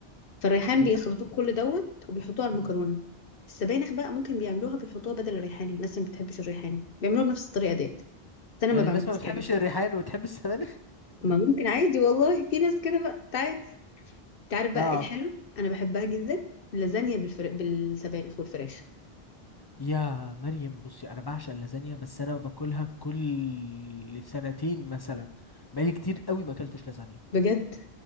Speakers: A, on the left (about 65°); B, on the left (about 30°).
A: فالريحان
B: بجد
A: بيخلطوه كل دوت وبيحطوه على المكرونة
B: مم.
A: السبانخ بقى ممكن بيعملوها بيحطوها بدل الريحان الناس اللي ما بتحبش الريحان بيعملوها بنفس الطريقة ديت بس انا
B: يعني
A: ما بعملهاش
B: الناس ما بتحبش
A: كده
B: الريحان وتحب السبانخ
A: ما ممكن عادي والله <laughs> في ناس كده بقى تعرف
B: <laughs>
A: تعرف بقى
B: اه
A: ايه الحلو انا بحبها جدا اللازانيا بالفر... بالسبانخ والفراخ
B: يا مريم بصي انا بعشق اللازانيا بس انا باكلها كل سنتين مثلا بقالي كتير قوي ما اكلتش لازانيا
A: بجد